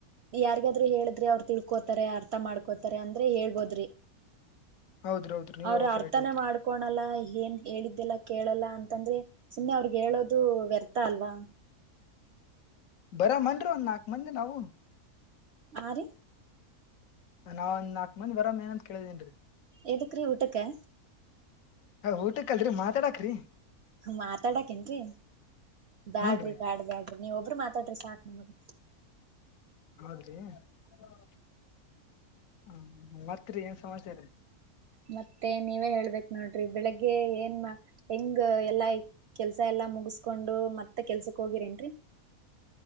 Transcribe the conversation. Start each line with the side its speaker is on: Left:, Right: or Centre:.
Right: ಯಾರಿಗಾದ್ರು ಹೇಳಿದ್ರಿ ಅವ್ರು ತಿಳ್ಕೋತಾರೆ ಅರ್ಥ ಮಾಡ್ಕೋತಾರೆ ಅಂದ್ರೆ ಹೇಳ್ಬೋದ್ರಿ
Left: ಹೌದ್ರಿ ಹೌದ್ರಿ ನೀವ್
Right: ಅವ್ರ
Left: ಹೇಳೋ ಕರೆಕ್ಟ್
Right: ಅರ್ಥನೇ
Left: ಐತ್ರಿ
Right: ಮಾಡ್ಕೋಳಲ್ಲ ಏನ್ ಹೇಳಿದ್ದೆಲ್ಲ ಕೇಳಲ್ಲ ಅಂತಂದ್ರೆ ಸುಮ್ಮ್ನೆ ಅವ್ರಗ್ ಹೇಳೋದು ವ್ಯರ್ಥ ಅಲ್ವಾ
Left: ಬರ <unintelligible> ಒಂದ್ ನಾಲ್ಕ ಮಂದಿ ನಾವು
Right: ಆ ರಿ
Left: ನಾವು ಒಂದ ನಾಕ್ ಮಂದಿ ಬರೋ ಮ ಏನ ಅಂತ ಕೇಳಿದೇನ್ರೀ
Right: ಎದ ಕ್ರೀ ಊಟಕ್ಕೆ
Left: ಹ ಊಟಕ್ಕಲ್ರರಿ ಮಾತಾಡಕ್ರೀ
Right: ಮಾತಾಡಾಕೇನ್ರರಿ ಬ್ಯಾಡ್ರಿ
Left: ಹೂನ್ರಿ
Right: ಬ್ಯಾಡ ಬ್ಯಾಡ್ರಿ ನೀವ ಒಬ್ರ ಮಾತ ತಾಡ್ರಿ ಸಾಕ್ ನಮಗೆ
Left: ಆದ್ರಿ ಹ್ಮ ಹ್ಮ ಮತ್ರಿ ಏನ್ ಸಮಾಚಾರ ರಿ
Right: ಮತ್ತೆ ನೀವೇ ಹೇಳ್ಬೇಕ ನೋಡ್ರಿ ಬೆಳಿಗ್ಗೆ ಏನ್ ಹೆಂಗ ಎಲ್ಲಾ ಕೆಲ್ಸ ಎಲ್ಲಾ ಲ್ಲ ಮುಗಸ್ಕೊಂಡು ಮತ್ತ ಕೆಲ್ಸಕ್ ಹೋಗಿರೇನ್ರಿ